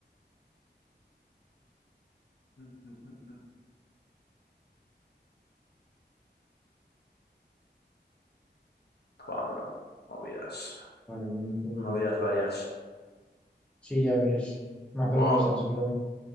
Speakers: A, on the left; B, in the centre.
A: <laughs> Joder, bro. Movidas.
B: Joder, ya me acuerdo.
A: Movidas varias.
B: Sí, ya ves. Mazo
A: Buah.
B: cosas, bro.